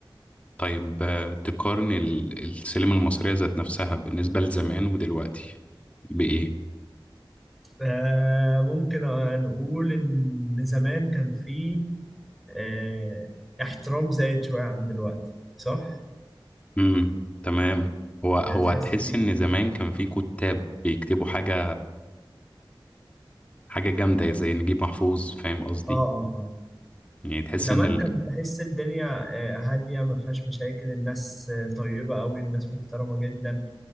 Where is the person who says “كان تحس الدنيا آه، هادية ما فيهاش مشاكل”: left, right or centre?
Centre